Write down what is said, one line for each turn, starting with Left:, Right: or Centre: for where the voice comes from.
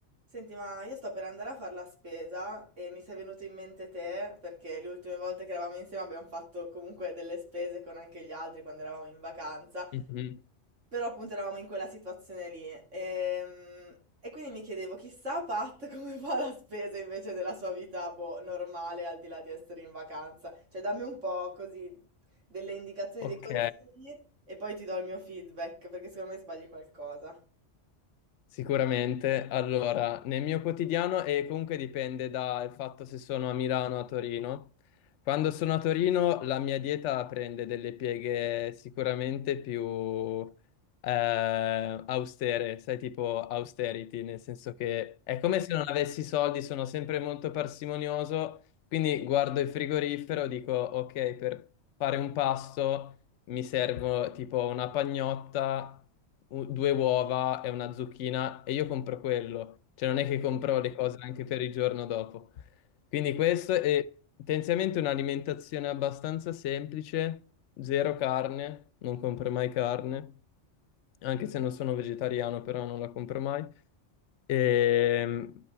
Right: Senti, ma io sto per andare a fare la spesa e mi sei venuto in mente te, perché le ultime volte che eravamo insieme abbiamo fatto comunque delle spese con anche gli altri quando eravamo in vacanza,
Left: Mhm,
Right: però appunto eravamo in quella situazione lì. Ehm, E, quindi mi chiedevo, chissà Pat <laughs> come fa la spesa invece della sua vita, boh, normale, al di là di essere in vacanza. Cioè, dammi un po' così delle indicazioni,
Left: Ok,
Right: dei consigli e poi ti do il mio feedback, perché secondo me sbagli qualcosa.
Left: sicuramente. Allora, nel mio quotidiano, e comunque dipende dal fatto se sono a Milano o a Torino, quando sono a Torino la mia dieta prende delle pieghe sicuramente più eh, austere, sai, tipo austerity, nel senso che è come se non avessi soldi, sono sempre molto parsimonioso, quindi guardo il frigorifero, dico, ok, per fare un pasto... mi servo tipo una pagnotta, u- due uova e una zucchina e io compro quello. Cioè non è che compro le cose anche per il giorno dopo. Quindi questo è tendenzialmente un'alimentazione abbastanza semplice, zero carne, non compro mai carne, anche se non sono vegetariano, però non la compro mai. E